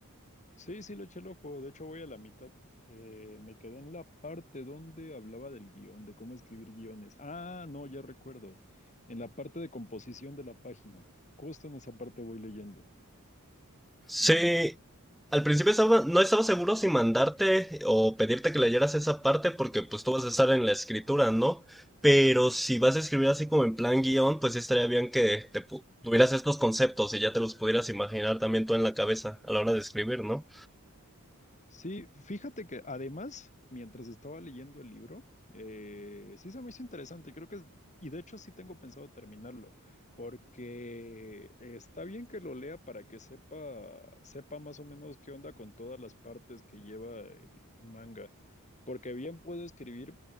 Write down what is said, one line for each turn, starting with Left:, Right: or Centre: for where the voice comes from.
Left: Sí, sí, le eché el ojo. De hecho, voy a la mitad. Eh, me quedé en la parte donde hablaba del guión, de cómo escribir guiones. Ah, no, ya recuerdo. En la parte de composición de la página. Justo en esa parte voy leyendo.
Centre: Sí,
Left: Mm.
Centre: al principio estaba- no estaba seguro si mandarte o pedirte que leyeras esa parte porque pues tú vas a estar en la escritura, ¿no? Pero si vas a escribir así como en plan guión, pues sí estaría bien que te pu- tuvieras estos conceptos y ya te los pudieras imaginar también tú en la cabeza a la hora de escribir, ¿no?
Left: Sí, fíjate que además, mientras estaba leyendo el libro, eh, sí se me hizo interesante, creo que, es- y de hecho sí tengo pensado terminarlo, porque está bien que lo lea para que sepa, sepa más o menos qué onda con todas las partes que lleva el manga, porque bien puedo escribir,